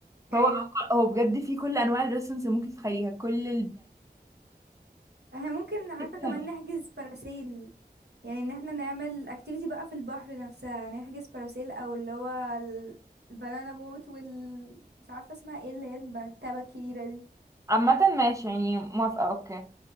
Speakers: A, on the right; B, on the right.
A: فهو
B: ايوه
A: هو بجد في كل انواع الريستورانتس اللي ممكن تتخيليها كل
B: احنا ممكن عارفة
A: البلاد
B: كمان نحجز باراسيل يعني ان احنا نعمل activity بقى في البحر نفسها نحجز باراسيل او اللي هو ال- البنانا بوت وال مش عارفة اسمها ايه اللي هي التبة الكبيرة دي
A: عامة ماشي يعني موافقة اوكي